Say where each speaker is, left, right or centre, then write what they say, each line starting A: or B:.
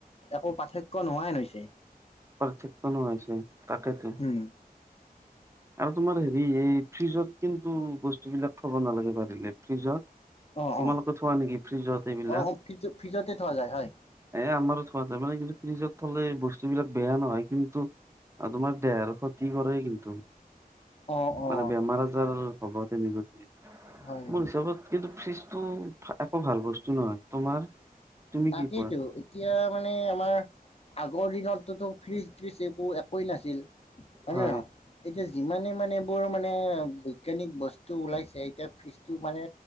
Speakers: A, on the left; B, on the right.
A: একো পাৰ্থক্য নোহোৱা নাইন হৈছে।
B: পাৰ্থক্য নোহোৱা হৈছে তাকেইতো।
A: উম।
B: আৰু তোমাৰ হেৰি এই ফ্ৰিজত কিন্তু বস্তুবিলাক থব নালাগে পাৰিলে ফ্ৰিজত।
A: অ
B: তোমালোকে
A: অ
B: থোৱা নেকি ফ্ৰিজত এইবিলাক।
A: অ অ ফ্ৰিজ ফ্ৰিজতে থোৱা যায় হয়
B: এ আমাৰো থোৱা যায় মানে কিন্তু ফ্ৰিজত থলে বস্তুবিলাক বেয়া নহয় কিন্তু। আৰু তোমাৰ দেহৰ ক্ষতি কৰে কিন্তু।
A: অ অ
B: মানে বেমাৰ আজাৰ হব তেনে গতি, মোৰ
A: হয়
B: হিচাপত কিন্তু ফ্ৰিজ টো একো ভাল বস্তু নহয়। তোমাৰ তুমি
A: তাকেইতো।
B: কি কোৱা
A: এতিয়া মানে আমাৰ আগৰ দিনত টোতো ফ্ৰিজ ত্ৰিজ এইবোৰ একোৱেই নাছিল। হয়নে
B: হয়
A: নহয়? এতিয়া যিমানেই মানে এইবোৰ মানে বৈজ্ঞানিক বস্তু ওলাইছে এতিয়া ফ্ৰিজটো মানে